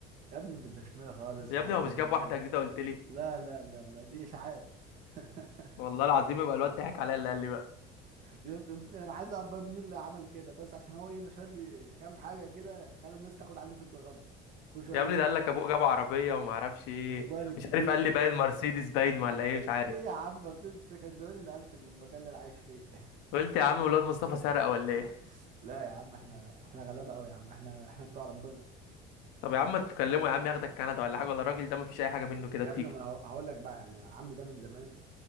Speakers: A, on the right; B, on the left.
A: يا ابني متدشمله خالص
B: يا
A: وحالتها
B: ابني هو مش
A: بالبلة
B: جاب واحدة جديدة قلت لي
A: لا لا لا لا دي اشاعات <laughs>
B: والله العظيم يبقى الواد ضحك عليا اللي قال لي بقى
A: شفت؟ انا عايز اعرف بقى مين اللي عمل كده بس عشان هو ايه نشر لي كام حاجه كده خلى الناس تاخد عني فكره غلط كل شويه
B: يا ابني
A: يجي
B: ده قال لك ابوه جاب عربية وما اعرفش ايه
A: موبايل الجديد
B: مش عارف قال لي باين مرسيدس باين ولا ايه مش عارف
A: ايه يا عم مرسيدس كان زماني نقلت من المكان اللي انا عايش فيه
B: قلت يا عم الواد مصطفى سرق ولا ايه <laughs>
A: <laughs> لا يا عم احنا احنا غلابه قوي يا عم احنا احنا بتاع ربنا
B: طب يا عم ما تكلمه يا عم ياخدك كندا ولا حاجة ولا الراجل ده مفيش اي حاجة منه كده
A: يا
B: بتيجي
A: ابني ما انا هقو- هقول لك بقى يعني عمي ده من زمان